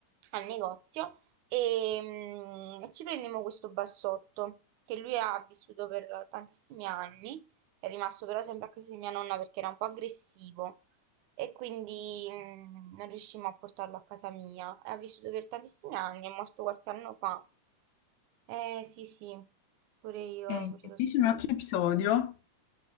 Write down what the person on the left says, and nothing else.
E
invece
un
altro episodio.